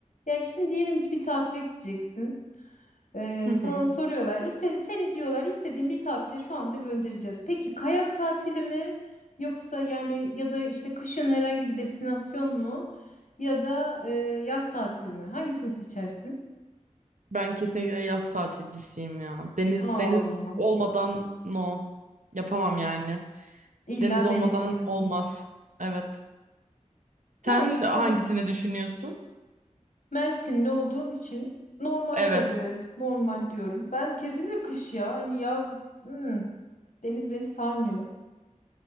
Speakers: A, on the left; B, on the right.
A: Ya şimdi diyelim ki bir tatile gideceksin. Ee,
B: Hı hı.
A: sana soruyorlar. İstedi, seni diyorlar istediğin bir tatile şu anda göndereceğiz. Peki kayak tatili mi? Yoksa yani ya da işte kışın herhangi bir destinasyon mu? Ya da e, yaz tatili mi? Hangisini seçersin?
B: Ben kesinlikle yaz tatilcisiyim ya. Deniz
A: Aa,
B: deniz olmadan no. Yapamam yani.
A: illa
B: Deniz olmadan
A: deniz diyorsun.
B: olmaz. Evet.
A: Ya
B: Sen
A: işte
B: hangisini düşünüyorsun?
A: Mersinli olduğun için normal
B: Evet.
A: tabii. Normal diyorum. Ben kesinlikle kış ya. Hani yaz hmm, deniz beni sarmıyor.